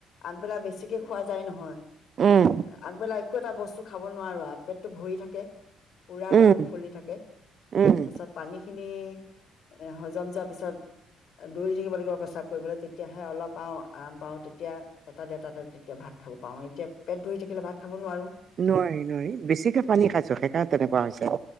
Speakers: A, on the left (about 50°); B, on the right (about 45°).
A: আগবেলা বেছি তে খোৱা যায় নহয়
B: উম
A: আগ বেল আ একো এটা বস্তু খাব নোৱাৰো আপ পেটটো ভৰি থাকে পুৰা একদমে
B: উম
A: ফুলি থাকে
B: উম
A: তাৰ পিছত পানীখিনি এ হজম যোৱাৰ পিছত দৌৰি থাকিব লাগিব প্ৰচ্ৰাৱ কৰিবলৈ তেতিয়াহে অলপ পাওঁ আৰাম পাও তেতিয়া এটা দে এটা এতিয়া ভাত খাব পাৰো এতিয়া পেট ভৰি থাকিলে ভাত খাব নোৱাৰোঁ
B: নোৱাৰি নোৱাৰি বেছিকে পানী খাইছো সেইকাৰণে তেনেকুৱা হৈছে